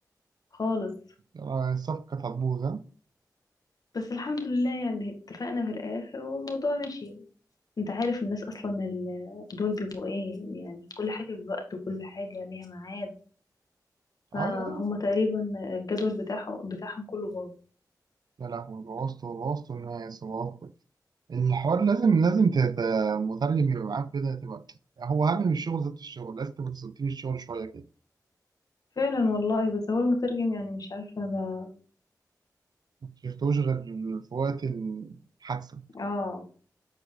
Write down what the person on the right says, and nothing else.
آه، الصفقة كانت هتبوظ ها؟
أيوه أيوه
يا لهوي بوظتوا بوظتوا الناس وبوظتوا الحوار لازم لازم تت- مترجم يبقى معاك كده تبقى هو أهم من الشغل ذات الشغل لازم تبقى تسلطين الشغل شوية كده
ما شفتوش غير في وقت الحادثة